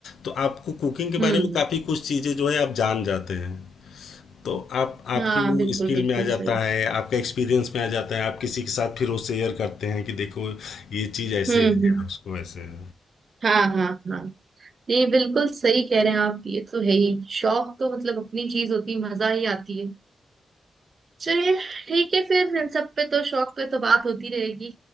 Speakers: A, on the left; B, on the right.
A: तो आपको कुकिंग के
B: हम्म,
A: बारे में
B: हम्म।
A: काफ़ी कुछ चीज़ें जो है आप जान जाते हैं तो आप आपके
B: हम्म, हाँ
A: वो
B: बिल्कुल
A: स्किल
B: बिल्कुल
A: में आ जाता
B: सही
A: है आपका एक्सपीरियंस में आ जाता है आप किसी के साथ फिर वो शेयर करते हैं कि देखो ये चीज़ ऐसे
B: हम्म
A: है
B: हम्म
A: या उसको ऐसे है
B: हाँ हाँ हाँ जी बिल्कुल सही कह रहे हैं आप ये तो है ही शौक तो मतलब अपनी चीज होती है मजा ही आती है चलिए ठीक है फिर इन सब पे तो शौक पे तो बात होती रहेगी